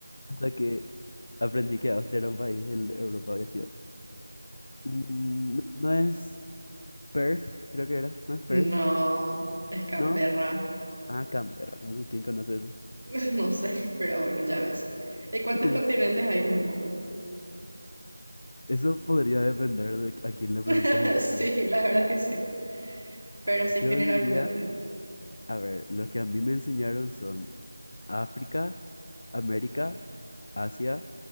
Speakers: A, on the left (about 40°); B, on the right (about 70°).
A: Hasta que aprendí que Austria era un país de Europa, había sido. Mm, no, no es Perth, creo que era. No es Perth.
B: No, es Canberra.
A: ¿No? Ah, Canberra. Uh, ¿quién conoce ese?
B: <laughs> No sé, pero bueno, ya ves. ¿Y cuántos
A: <laughs>
B: continentes hay en el mundo?
A: Eso podría depender de a quién le preguntes
B: <laughs>
A: en qué
B: Sí,
A: país.
B: la verdad que sí, pero sí
A: Yo
B: generalmente.
A: diría, a ver, los que a mí me enseñaron son África, América, Asia,